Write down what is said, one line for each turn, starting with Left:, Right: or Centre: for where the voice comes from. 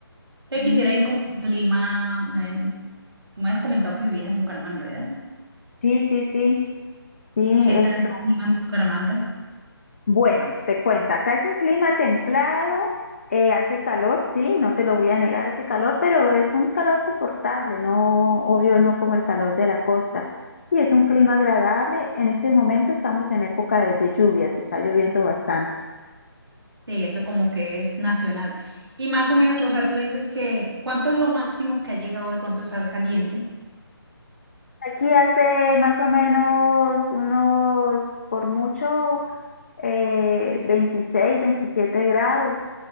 Right: Entonces
Left: Mm,
Right: quisiera ir con un clima. me- tú me has comentado que vivías en Bucaramanga, ¿verdad?
Left: Sí, sí, sí, sí,
Right: ¿Qué
Left: esto.
Right: tal el clima en Bucaramanga?
Left: Bueno, te cuento, acá es un clima templado, eh, hace calor, sí, no te lo voy a negar, hace calor, pero es un calor soportable, no, obvio, no como el calor de la costa. Y es un clima agradable, en este momento estamos en época de, de lluvias, está lloviendo bastante.
Right: Sí, eso como que es nacional. Y más o menos, o sea, tú dices que ¿cuánto es lo máximo que ha llegado de pronto a estar caliente?
Left: Aquí hace más o menos unos, por mucho, eh, 26, 27 grados.